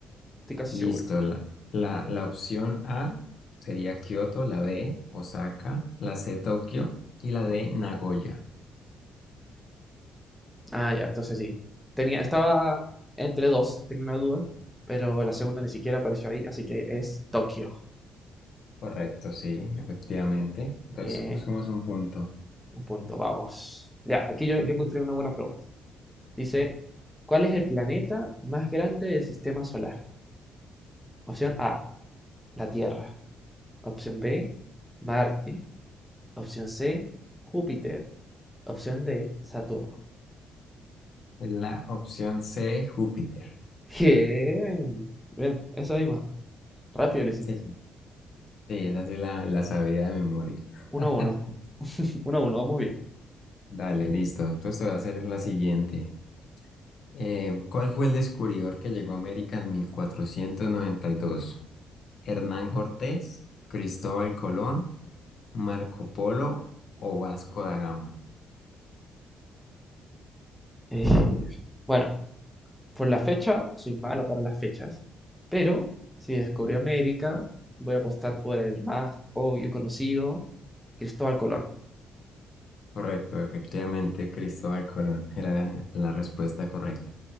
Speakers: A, in the centre; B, on the left.
A: estoy casi seguro.
B: Listo. La, la, la opción A sería Kioto, la B, Osaka, la C, Tokio y la D, Nagoya.
A: Ah, ya, entonces sí. Tenía, estaba entre dos, tenía una duda, pero la segunda ni siquiera apareció ahí, así que es Tokio.
B: Correcto, sí, efectivamente. Entonces,
A: Bien,
B: sumamos un punto.
A: un punto, vamos. Ya, aquí yo, yo encontré una buena pregunta. Dice, ¿cuál es el planeta más grande del sistema solar? Opción A, la Tierra. Opción B, Marte. Opción C, Júpiter. Opción D, Saturno.
B: Es La opción C, Júpiter.
A: Bien. Bien, esa misma. Rápido le hiciste.
B: Sí, sí, esa sí la, la sabía de memoria.
A: Uno
B: <laughs>
A: a uno, <laughs> 1 uno, vamos bien.
B: Dale, listo. Entonces te voy a hacer la siguiente. Eh, ¿cuál fue el descubridor que llegó a América en mil cuatrocientos noventa y dos ¿Hernán Cortés, Cristóbal Colón, Marco Polo o Vasco da Gama.
A: Eh, bueno, por la fecha, soy malo para las fechas. Pero si descubrí América, voy a apostar por el más obvio y conocido, Cristóbal Colón.
B: Correcto, efectivamente, Cristóbal Colón era la respuesta correcta.